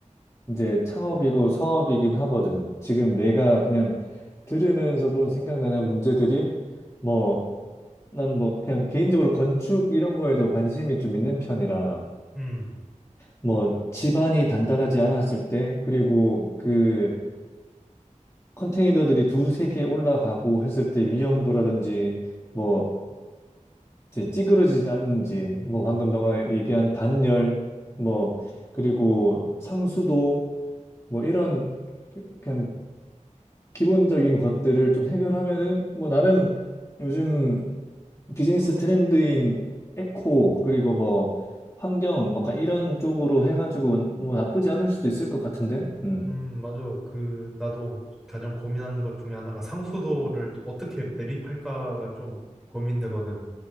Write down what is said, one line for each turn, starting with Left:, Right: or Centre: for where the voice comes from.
Left: 이제 창업이고 사업이긴 하거든. 지금 내가 그냥 들으면서도 생각나는 문제들이 뭐 난 뭐 그냥 개인적으로 건축 이런 거에도 관심이 좀 있는 편이라
Centre: 음.
Left: 뭐 집안이 단단하지 않았을 때 그리고 그 컨테이너들이 두세 개 올라가고 했을 때 위험도라든지 뭐 이제 찌그러지지 않는지 뭐 방금 너가 얘기한 단열 뭐 그리고 상수도 뭐 이런 그 그냥 기본적인 것들을 좀 해결하면은 뭐 나름 요즘 비즈니스 트렌드인 에코 그리고 뭐 환경 뭐 약간 이런 쪽으로 해가지고 뭐 나쁘지 않을 수도 있을 것 같은데 음
Centre: 음, 맞아. 그, 나도 가장 고민하는 것 중에 하나가 상수도를 어떻게 매립할까가 좀 고민되거든.